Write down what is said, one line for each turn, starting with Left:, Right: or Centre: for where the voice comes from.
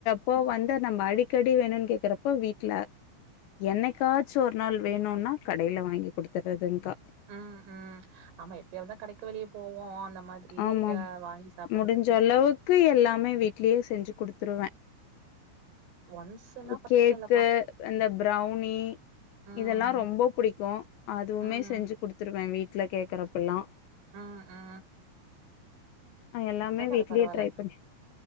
Left: இப்போ வந்து நம்ம அடிக்கடி வேணும்ன்னு கேக்குறப்ப வீட்ல என்னைக்காச்சு ஒரு நாள் வேணும்னா கடையில வாங்கி குடுத்துறதுங்க்கா
Right: உம் உம் ஆமா எப்பயாவதுதா கடைக்கு வெளிய போவோ அந்த மாதிரி
Left: ஆமாம்
Right: அஹ் வாங்கி சாப்பிடுறதுக்கு
Left: முடிஞ்ச அளவுக்கு எல்லாமே வீட்லயே செஞ்சு குடுத்துருவே
Right: ஒன்ஸ்ன்னா
Left: அ
Right: பிரச்சன
Left: கேக்கு
Right: இல்லப்பா
Left: அந்த ப்ரவுனி
Right: ம்
Left: இதெல்லா ரொம்ப புடிக்கு அதுவுமே
Right: ம்
Left: செஞ்சு குடுத்துருவே வீட் வீட்ல கேக்குறப்ப எல்லா
Right: ஆ ஆ
Left: எல்லாமே
Right: பரவால்ல
Left: வீட்லயே
Right: பரவால்ல
Left: ட்ரை பண்ணி